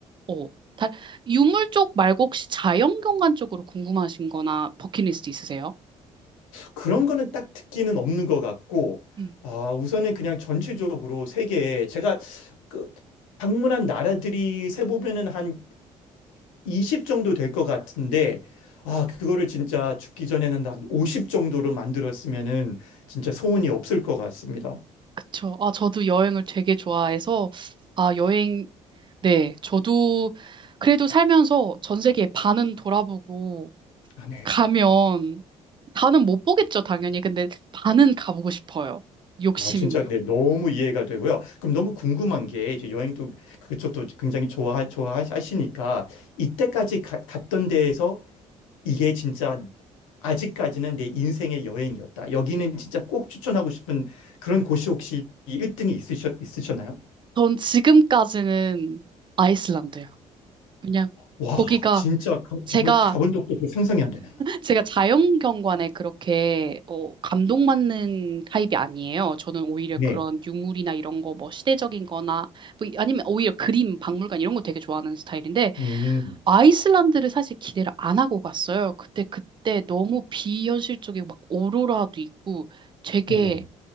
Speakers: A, on the right; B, on the left.
A: 어, 다, 유물 쪽 말고 혹시 자연경관 쪽으로 궁금하신 거나 버킷리스트 있으세요?
B: 그런 거는 딱 특기는 없는 것 같고,
A: 음,
B: 아, 우선은 그냥 전체적으로 세계에 제가 그 방문한 나라들이 세보면은 한 20 정도 될 것 같은데, 아, 그거를 진짜 죽기 전에는 한 50 정도로 만들었으면은 진짜 소원이 없을 것 같습니다.
A: 그쵸. 아, 저도 여행을 되게 좋아해서, 아, 여행, 네, 저도 그래도 살면서 전 세계 반은 돌아보고
B: 아, 네.
A: 가면 다는 못 보겠죠, 당연히. 근데 다는 가보고 싶어요. 욕심.
B: 아, 진짜, 네, 너무 이해가 되고요. 그럼 너무 궁금한 게, 이제 여행도 그쪽도 굉장히 좋아, 좋아하시니까, 이때까지 가- 갔던 데에서 이게 진짜 아직까지는 내 인생의 여행이었다. 여기는 진짜 꼭 추천하고 싶은 그런 곳이 혹시 1등이 있으셔, 있으셨나요?
A: 전 지금까지는 아이슬란드요. 그냥
B: 와,
A: 거기가
B: 진짜 가-
A: 제가
B: 가본, 가본 적도 없고 상상이 안 되네요.
A: 제가 자연경관에 그렇게 어, 감동받는 타입이 아니에요. 저는 오히려
B: 네.
A: 그런 유물이나 이런 거 뭐 시대적인 거나 뭐 아니면 오히려 그림, 박물관 이런 거 되게 좋아하는 스타일인데
B: 음,
A: 아이슬란드를 사실 기대를 안 하고 갔어요. 그때 그때 너무 비현실적이고 막 오로라도 있고 되게
B: 어.